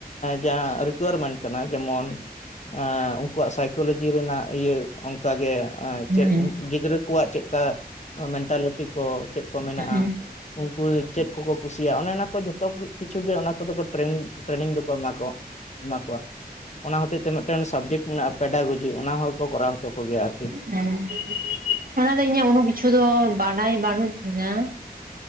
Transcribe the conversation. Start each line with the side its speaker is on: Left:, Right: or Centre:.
Left: ᱡᱟ ᱨᱤᱠᱣᱩᱨᱢᱮᱱᱴ ᱠᱟᱱᱟ ᱡᱮᱢᱚᱱ ᱮᱻ ᱩᱱᱠᱩᱣᱟᱜ ᱥᱟᱭᱠᱳᱞᱚᱡᱤ ᱨᱮᱱᱟᱜ ᱤᱭᱟᱹ ᱚᱱᱠᱟᱜᱮ
Right: ᱦᱩᱸ
Left: ᱪᱮᱫ ᱜᱤᱫᱽᱨᱟᱹ ᱠᱚᱣᱟᱜ ᱪᱮᱜᱠᱟ ᱢᱮᱱᱴᱟᱞᱤᱴᱤ ᱠᱚ ᱪᱮᱫ ᱠᱚ ᱢᱮᱱᱟᱜ-ᱟ
Right: ᱚ ᱦᱮᱸ
Left: ᱩᱱᱠᱩ ᱪᱮᱫ ᱠᱚᱠᱚ ᱠᱩᱥᱤᱭᱟᱜ-ᱟ, ᱚᱱᱮ ᱚᱱᱟ ᱠᱚ ᱡᱷᱚᱛᱚ ᱠᱤᱪᱷᱩ ᱜᱮ ᱚᱱᱟ ᱠᱚᱫᱚ ᱠᱚ ᱴᱨᱮᱱᱤᱝ ᱴᱨᱮᱱᱤᱝ ᱫᱚᱠᱚ ᱮᱢᱟ ᱠᱚᱣᱟ ᱮᱢᱟ ᱠᱚᱣᱟ ᱾ ᱚᱱᱟ ᱦᱚᱛᱮᱫ ᱛᱮ ᱢᱤᱫᱴᱮᱱ ᱥᱟᱵᱽᱡᱮᱴ ᱢᱮᱱᱟᱜ-ᱟ ᱯᱮᱰᱟ ᱜᱩᱡᱩ ᱚᱱᱟ ᱦᱚᱸᱠᱚ ᱠᱚᱨᱟᱣ ᱦᱚᱪᱚ ᱠᱚᱜᱮᱭᱟ ᱟᱨᱠᱤ ᱾
Right: ᱦᱩᱸ ᱾ ᱚᱱᱟ ᱫᱚ ᱤᱧᱟᱹᱜ ᱩᱱᱟᱜ ᱠᱤᱪᱷᱩ ᱫᱚ ᱵᱟᱰᱟᱭ ᱵᱟᱹᱱᱩᱜ ᱛᱤᱧᱟ ᱾ <inaudible>